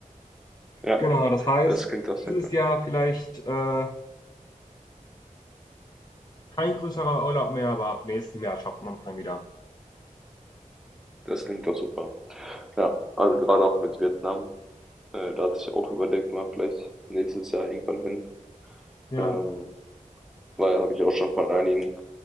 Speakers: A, in the centre; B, on the left.
A: Ja,
B: Genau, das heißt,
A: das klingt doch sehr
B: dieses
A: cool.
B: Jahr vielleicht, äh, kein größerer Urlaub mehr, aber ab nächstem Jahr schafft man es dann wieder.
A: Das klingt doch super. Ja, also gerade auch mit Vietnam, äh, da hatte ich auch überlegt, mal vielleicht nächstes Jahr irgendwann hin.
B: Ja,
A: Ähm, weil habe ich auch schon von einigen